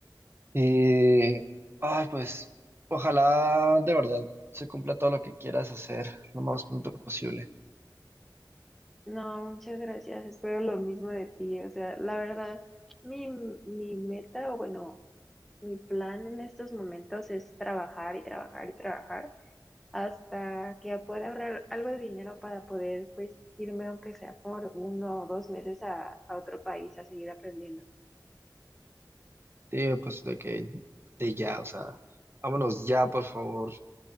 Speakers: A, on the right; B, in the centre.
A: Y, ay, pues, ojalá de verdad se cumpla todo lo que quieras hacer lo más pronto posible.
B: No, muchas gracias, espero lo mismo de ti, o sea, la verdad. Mi, mi meta, o bueno, Mi plan en estos momentos es trabajar y trabajar y trabajar hasta que pueda ahorrar algo de dinero para poder pues irme aunque sea por uno o dos meses a, a otro país a seguir aprendiendo.
A: Sí, pues de que, de ya, o sea, vámonos ya, por favor.